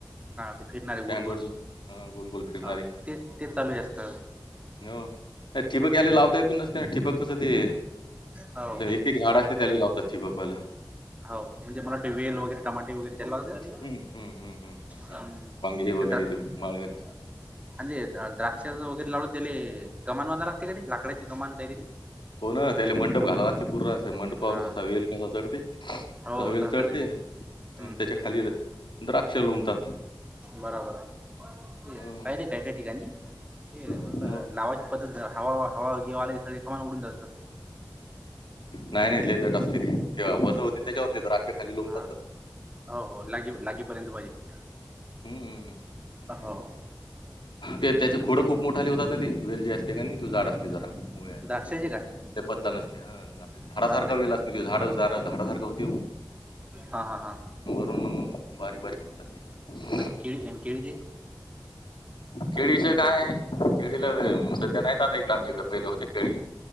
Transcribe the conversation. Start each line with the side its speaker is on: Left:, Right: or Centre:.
Right: ते फिरणारे
Left: स्टँडवरचे.
Right: गोलगोल
Left: हा गोल गोल फिरणारे.
Right: अ ते ते चालू जास्त.
Left: हो ठिपक्यायले लावतायेत बी नस त्या ठिबक कसं ते?
Right: हो
Left: एक एक झाड असतय, त्याला लावतात ठिबकवाल
Right: हाव म्हणजे मला ते वेल वगैरे टमाटे वगेरे
Left: हं, हं, हं, हं, हं,
Right: हम्
Left: हं. वांगे वगैरे
Right: <unintelligible>
Left: ते माळवेल
Right: आणि जे द्राक्षाच वगैरे लावल त्याले, कमान बांधावी लागते का रे, लाकडाची कमान काय ते?
Left: हो ना त्याला मंडप घालाव लागते, पूरा अस मंडपावर
Right: हा
Left: जसा वेल कसा चढते?
Right: हो
Left: तवा
Right: हो
Left: वेल
Right: तसंच
Left: चढते
Right: काहीतरी हम्म
Left: आणि त्याच्या
Right: हम्म
Left: खाली
Right: हम्म
Left: द्राक्ष लोंबतात.
Right: बराबर हाय. तेच
Left: हो,
Right: पाहिलय काय काय ठिकाणी? हे म्हटलं
Left: हो.
Right: लावायची पद्धत, हवा हवा घेवा आला की, सगळी कमान उडून जात असल.
Left: नाही नाही लय दट असतय, तेवा वजन होतय त्याच्यावरती द्राक्ष खाली लोंबतात
Right: हा
Left: तर.
Right: हो हो लागी लागीपर्यंत पाहिजे.
Left: हुं हुं.
Right: हो
Left: ते त्याचे खोडं खूप मोठाले होतात आणि ते वेल जे असतय का नाही? जाड असतय. ते जरा मुळ्या
Right: द्राक्षाचे
Left: म्हणजे
Right: का
Left: ते पतल असतय, हा झाड
Right: बापरे
Left: सारखा वेल असते. की ते झ झाड झा झाडा सारखं होतय.
Right: हा हा हा.
Left: हम्म बारीक बारीक फुटतात ते.
Right: आणि केळी आणि केळीचे
Left: केळीच काय? केळीला व्हय सध्या नाहीत, आता इकडे आमच्या इकडे पहिले होते केळी